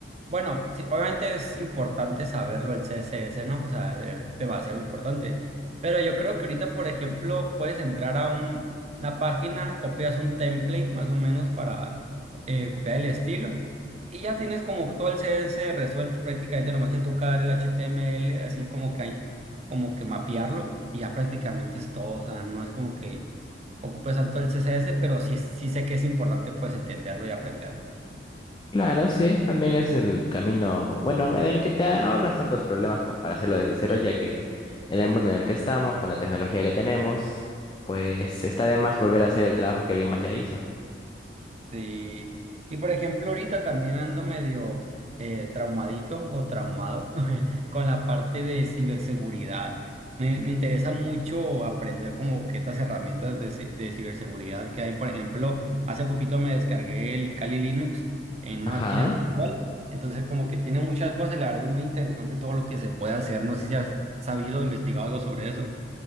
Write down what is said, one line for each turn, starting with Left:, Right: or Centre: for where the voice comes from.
Right: bueno, sí, obviamente es importante saberlo el CSS, ¿no? O sea, es demasiado importante. Pero yo creo que ahorita, por ejemplo, puedes entrar a un- una página, copias un template más o menos para eh, copiar el estilo y ya tienes como todo el CSS resuelto prácticamente, nomás te toca dar el HTML, así como que hay, como que mapearlo y ya prácticamente es todo, o sea, no es como que ocupe tanto el CSS, pero sí, sí sé que es importante pues entenderlo y aprenderlo.
Left: Claro, sí, también es el camino, bueno, en el que te ahorras tantos problemas como para hacerlo desde cero, ya que en el mundo en el que estamos, con la tecnología que tenemos, pues está de más volver a hacer el trabajo que alguien más ya hizo.
Right: Y, y por ejemplo, ahorita también ando medio eh, traumadito o traumado <laughs> con la parte de ciberseguridad. Me, me interesa mucho aprender como que estas herramientas de, ci- de ciberseguridad que hay. Por ejemplo, hace poquito me descargué el Kali Linux en una
Left: Ajá.
Right: máquina virtual. Entonces como que tiene muchas cosas, la verdad es muy interesante todo lo que se puede hacer. No sé si has sabido o investigado algo sobre eso.